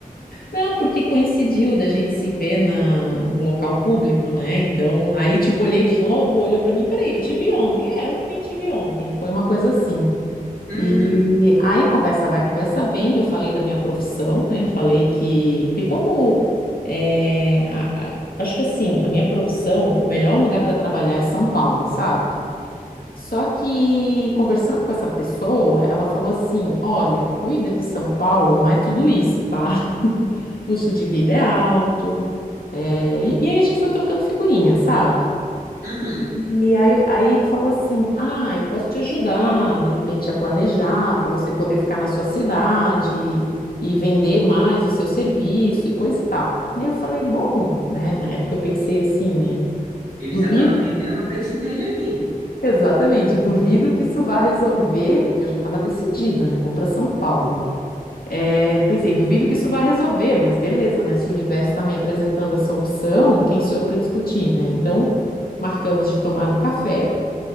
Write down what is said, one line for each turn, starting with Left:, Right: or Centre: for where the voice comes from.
Left: Não, porque coincidiu da gente se ver na, num local público, né? Então, aí, tipo, olhei de novo, olhou pra mim, peraí, eu te vi ontem. É, eu também te vi ontem. Foi uma coisa assim.
Right: Uhum,
Left: E aí conversa vai, conversa vem. Eu falei da minha profissão, né? Falei que, que como é, a- a- acho que assim, a minha profissão, o melhor lugar para trabalhar é São Paulo, sabe? Só que conversando com essa pessoa, ela falou assim: olha, cuida que São Paulo não é tudo isso, tá? <laughs> Custo de vida é alto. é, e, e aí a gente foi trocando figurinha, sabe?
Right: uhum.
Left: E aí, aí ele falou assim: Ah, eu posso te ajudar, de repente, a planejar para você poder ficar na sua cidade e vender mais o seu serviço e coisa e tal. E eu falei: Bom, né? Na época eu pensei assim, né?
Right: Ele
Left: Duvido,
Right: já estava vendendo o peixe dele ali.
Left: <laughs> exatamente, duvido que isso vá resolver, porque eu já estava decidida, né? Vou para São Paulo. É, pensei: duvido que isso vá resolver, mas beleza, né? Se o universo está me apresentando essa opção, quem sou eu para discutir, né? Então, marcamos de tomar um café.